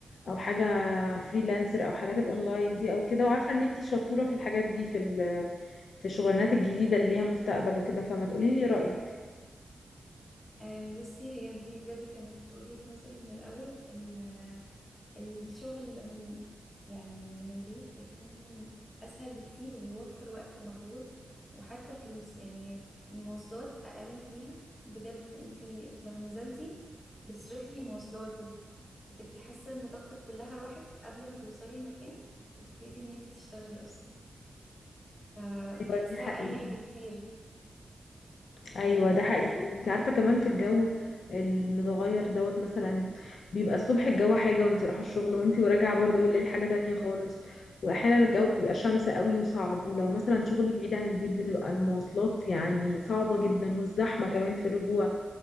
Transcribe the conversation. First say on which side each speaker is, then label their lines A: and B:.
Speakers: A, on the left; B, on the left.
A: او حاجه فريلانسر او حاجات الاونلاين دي او كده وعارفه ان انتي شطوره في الحاجات دي في ال- في الشغلانات الجديده اللي ليها مستقبل وكده فما تقوليلي رايك
B: آه، بصي هي دي بجد كانت وجهة نظري من الأول إن آه، الشغل من يعني من البيت هيكون أسهل بكتير وبيوفر وقت ومجهود وحتى فلوس يعني المواصلات أقل ما فيها بجد انتي لو نزلتي بتصرفي مواصلات وبتبقي حاسة إن طاقتك كلها راحت قبل ما توصلي المكان وتبتدي إن انتي تشتغلي أصلا فبحسها
A: ايوه دي حقيقي
B: أريح بكتير
A: ايوه
B: آم،
A: ده حقيقي انت عارفه كمان في الجو المتغير دوت مثلا بيبقى الصبح الجو حاجه وانت رايحه الشغل وانت وراجعه برضه بالليل حاجه تانية خالص واحيانا
B: صح
A: الجو بيبقى شمس قوي وصعب ولو مثلا شغلي بعيد عن البيت بتبقى المواصلات يعني صعبه جدا والزحمه كمان في الرجوع